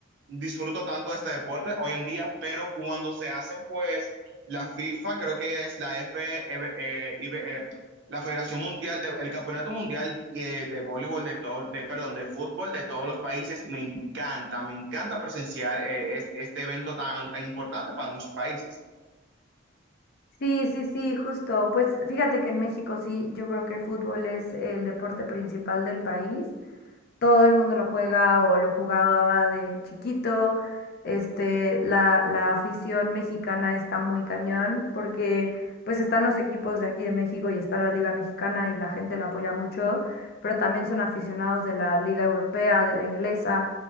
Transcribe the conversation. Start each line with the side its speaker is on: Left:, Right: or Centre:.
Right: disfruto tanto de este deporte hoy en día, pero cuando se hacen, pues, la FIFA, creo que es la F, eh, eh, IB, eh, la Federación Mundial, de, el Campeonato Mundial eh, de Voleibol, de todo, de, perdón, de fútbol de todos los países, me encanta, me encanta presenciar eh, es- este evento tan, tan importante para muchos países.
Left: Sí, sí, sí, justo. Pues fíjate que en México sí, yo creo que fútbol es el deporte principal del país todo el mundo lo juega o lo jugaba de chiquito. Este, la, la afición mexicana está muy cañón porque pues están los equipos de aquí de México y está la Liga Mexicana y la gente la apoya mucho, pero también son aficionados de la Liga Europea, de la inglesa.